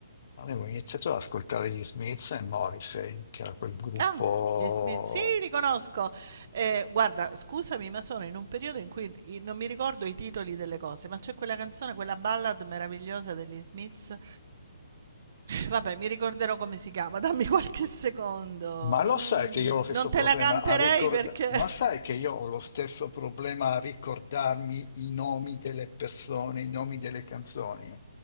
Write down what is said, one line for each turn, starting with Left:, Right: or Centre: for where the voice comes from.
Left: avevo iniziato ad ascoltare gli Smiths e Morrissey, che era quel gruppo...
Right: Ah, gli Smith, sì, li conosco. Eh, guarda, scusami, ma sono in un periodo in cui i- non mi ricordo i titoli delle cose, ma c'è quella canzone, quella ballad meravigliosa degli Smiths. Vabbè, mi ricorderò come si chiama, dammi qualche secondo.
Left: Ma lo
Right: Mm,
Left: sai che io ho lo stesso
Right: non te
Left: problema
Right: la canterei
Left: a ricordarmi...
Right: perché
Left: Ma sai che io ho lo stesso problema a ricordarmi i nomi delle persone, i nomi delle canzoni?